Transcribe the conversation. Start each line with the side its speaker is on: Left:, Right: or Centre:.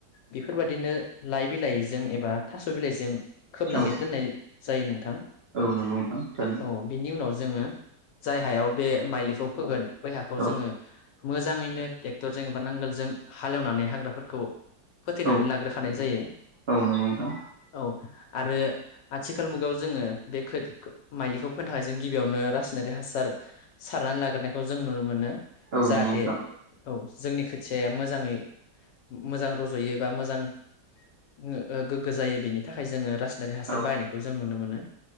Left: बेफोरबायाददिनो लाइ बिलाइजों एबा थास'बिलाय जों खोबनानै
Right: औ
Left: दोननाय जायो नोंथां
Right: औ नंगौ नोंथां थारैनो
Left: औ बिनि उनाव- जोङो जाय हायाव बे माइलिखौ फोगोन बै हाखौ
Right: औ
Left: जोङो मोजाङैनो ट्रेक्टरजों एबा नांगोलजों हालेवनानै हाग्राफोरखौ फोथैनानै
Right: औ
Left: लाग्रोखानाय जायो
Right: औ नंगौ नोंथां
Left: औ आरो। आथिखाल मुगायाव जोङो बे खो माइलिखौ फोनो थाखाय जों गिबियावनो रासायनारि हासार सारनानै लाग्रोनायखो जों नुनो मोनो
Right: औ
Left: जाहाथे
Right: नंगौ नोंथां
Left: औ। औ जोंनि खोथियाया मोजाङै मोजां रज'यो बा मोजां ओ गोग्गो जायो बेनि थाखाय जोङो रासायनारिक हासार
Right: औ
Left: बायनायखौ जों नुनो मोनो।